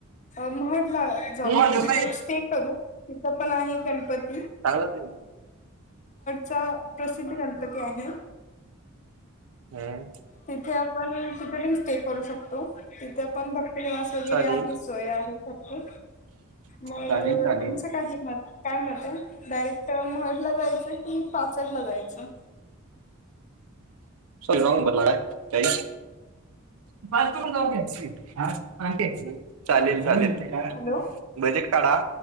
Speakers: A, on the left; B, on the right.
A: महड ला जाऊ.
B: चांगला
A: तिथे स्टे करू तिथं पण आहे गणपती -
B: सांगाल ते.
A: चा प्रसिद्ध गणपती आहे.
B: हम्म
A: तिथे आपण <unintelligible> ते करू शकतो. तिथे पण भक्तनिवास वगैरे
B: चालेल
A: आहे. सोय आहे <unintelligible> मग
B: चालेल चालेल
A: तुमचं काही हे मत काय मत आहे? डायरेक्ट महड ला जायचंय? की पाचडला जायचं?
B: सॉरी राॅंग भरला का काही? <unintelligible> चालेल चालेल
A: हॅलो
B: बजेट काढा,